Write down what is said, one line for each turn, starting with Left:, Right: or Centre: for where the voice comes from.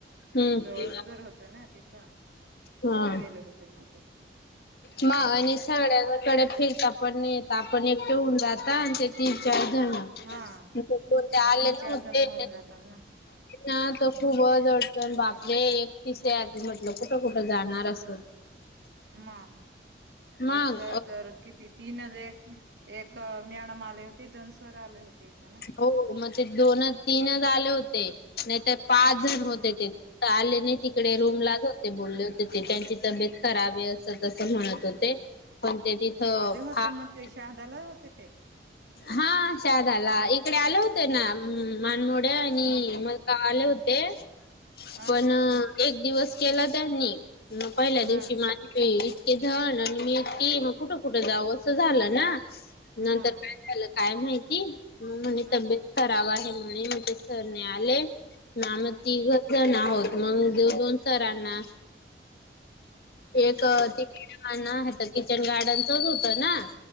Left: हम्म
Right: जवळच घर होत ना तिथं.
Left: हा
Right: तिथे गेले होते म ते
Left: मग
Right: हम्म
Left: आणि सगळ्यांकडे फिरता पण येत आपण एक ठेऊन जाता आणि ते तीन चार
Right: हा
Left: कोणते
Right: मग
Left: आले
Right: तीन
Left: ना
Right: चार जण
Left: ते
Right: होऊन जातात ना
Left: ह तर खूपच अडचण, बापरे एकटीसे आते म्हटलं कुठं कुठं जाणार असं
Right: म
Left: मग
Right: इथं तर किती तीनच एक, एक मॅडम आल्या तिथून सर आले होते इथे ना
Left: हो मग ते दोन तीनच आले होते, नाही तर पाच जण
Right: हम्म
Left: होते. ते आले नाही तिकडे रूमलाच होते बोलले होते. त्यांची तब्येत खराब आहे असं तसं म्हणत होते पण ते तिथं
Right: आले होते
Left: फाक्
Right: मग ते शहादाला होते ते
Left: हा शहाद्याला इकडे आल होत ना मानमोट आणि
Right: म
Left: मग आले होते
Right: आ
Left: पण एक दिवस केला त्यांनी मग पहिल्या
Right: हा
Left: दिवशी तिथं मी ती, नंतर कुठे कुठे जावं असं झालं ना
Right: म
Left: नंतर
Right: आ
Left: काय झालं काय माहिती म म्हणे
Right: आ
Left: तब्येत खराब आहे म्हणे म ते सर नाही आले ना
Right: हा
Left: मग तिघच जण आहोत मग दोन सरांना एक तिकीट माणं होत तर किचन गार्डनचच होतं ना